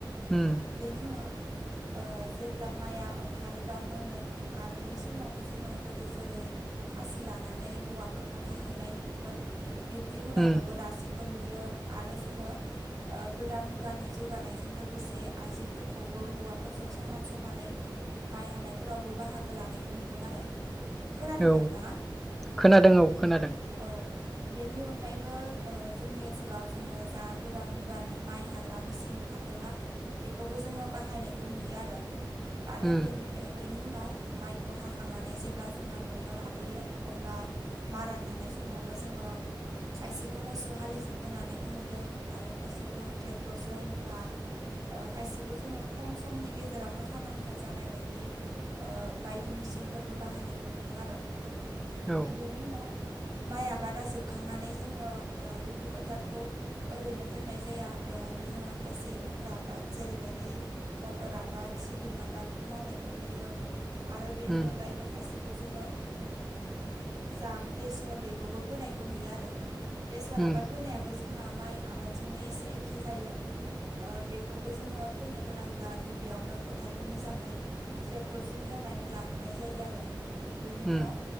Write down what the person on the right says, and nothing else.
बेनि उनाव ओ जेब्ला माइआ ओंखारोबा मोनो आरो बै समावबो जोङो गोदो जेरै खासि लानानै हौवाफोरखौ हाहैनाय नुदोंमोन बिब्दि हुदाखौबो
दासिमबो नुयो आरो जोङो ओ गोदान मुगानि जौगानायजों लोगोसे आइजोफोरखौबो हौवाफोरजों समान समानै माइ हानायफोरावबो बाहागो लानायखौ नुदों आरो खोनादोंना
नोंथाङा?
औ बेनि अनगायैबो ओ जोंनि ओनसोलाव जोङो जा गोदान मुग गानि माइ हाग्रा मेचिन ओंखारदोंना बेखौबो जोङो बाहायनायखौ नुयो आरो आरो
बेनि ओ बेनि उनाव माइखौ हाखांनानै जेब्ला जोङो नआव लाबोयो अब्ला मारा नानाय समावबो जोङो खायसेखौ मोसौ हालिजोंबो नानायखौ नुदों आरो खायसेखौ ट्रेक्टरजों बा ओ खायसेखौ जोङो खम समनि गेजेरावनो खामानिया जानाय बायदि ओ बायदि मेसिनफोरबो बाहायनायखौ नुदों आरो
बेनि उनाव माइ आबादा जोबखांनानै जोङो ओ दुब्लि फोथारखौ ओरैनो दोननाय जाया बेवहायबो जोङो खायसे उफ्रा आ बाद जेरैबायदि मटर आबाद सिबिं आबादबो मावनायखौ नुयो आरो बेनि
अनगायैबो खायसे खौ जोङो जा बेसर बेखौबो फोनायखौ नुयो आरो बेसर
आबाद फोनायाबो जोंना माइ आबादजोंनो एसे एखे जायो ओ बेखौबो जोङो फोनो गोनांब्ला गिबियावनो फोथारखौ मोजाङै ट्रेक्टरजों एवनानै लाग्रोनाय जायो आरो बेनि
उनाव